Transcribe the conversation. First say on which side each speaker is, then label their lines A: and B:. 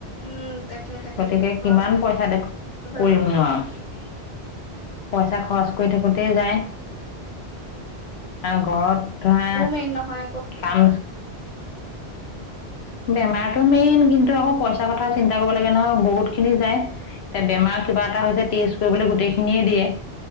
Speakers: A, on the left; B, on the left.
A: উম তাকে তাকে
B: গতিকে
A: হয়
B: কিমান পইচা দে
A: বাৰু
B: কৰিম নো আৰু। পইচা খৰচ কৰি থাকোতেই যায়। আৰু ঘৰত ধৰা
A: মেন নহয় আক'!
B: কাম বেমাৰতটো মেইন, কিন্তু আকৌ পইচা কথা চিন্তা কৰিব লাগে নহয় বহুত খিনি যায়, এতিয়া বেমাৰ কিবা এটা হৈছে টেষ্ট কৰিবলৈ গোটেইখিনিয়ে দিয়ে।